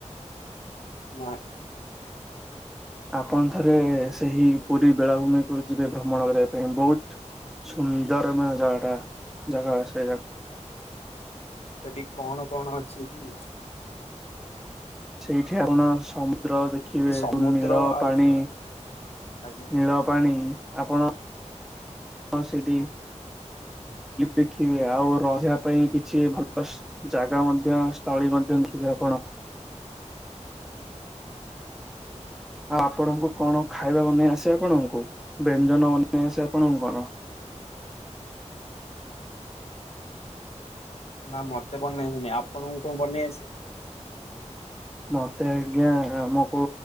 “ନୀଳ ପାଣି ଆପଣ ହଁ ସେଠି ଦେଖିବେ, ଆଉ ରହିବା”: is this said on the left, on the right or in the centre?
Centre